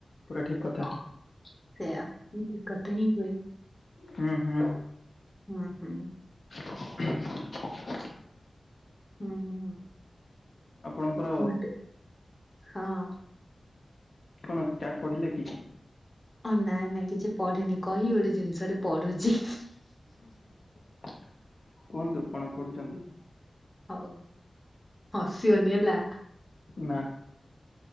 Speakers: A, on the left; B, on the left.
A: ପୁରା ଠିକ କଥା
B: ହ ସେଇୟା ମୁ ଦକତ ହିଁ ହୁଏ <unintelligible>
A: ହୁଁ ହୁଁ।
B: ହୁଁ ହୁଁ।
A: <inaudible>
B: ହୁଁ ହୁଁ ହୁଁ <unintelligible>
A: ଆପଣଙ୍କର
B: ମ ହଁ <inaudible>
A: କଣ ଚାଟ୍ ପଢିଲେ କି?
B: ହ ନାଇଁ ନାଇଁ କିଛି ପଢେନି କହି ଗୋଟେ ଜିନିଷ ରେ ପଢୁଛି।
A: <inaudible> କୁହନ୍ତୁ କଣ ପଢୁଛନ୍ତି?
B: ହଉ ହସିବନି ହେଲା।
A: ନା।